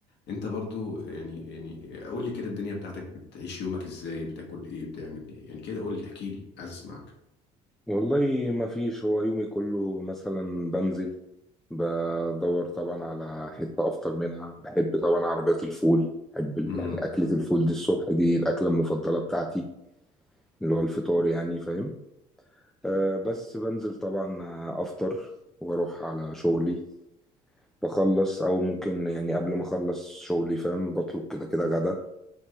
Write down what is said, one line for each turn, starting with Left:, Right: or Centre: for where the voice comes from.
Left: انت برضو يعني يعني قول لي كده الدنيا بتاعتك بتعيش يومك ازاي بتاكل ايه بتعمل ايه يعني كده قول لي احكي لي عايز اسمعك
Centre: والله ما فيش هو يومي كله مثلا بنزل بدور طبعا على حتة أفطر منها بحب طبعا عربيات الفول بحب ال-
Left: امم
Centre: يعني أكلة الفول دي الصبح دي الأكلة المفضلة بتاعتي اللي هو الفطار يعني فاهم أه بس بنزل طبعا آه، أفطر وأروح على شغلي بخلص أو ممكن يعني قبل ما أخلص شغلي فاهم بطلب كده كده غدا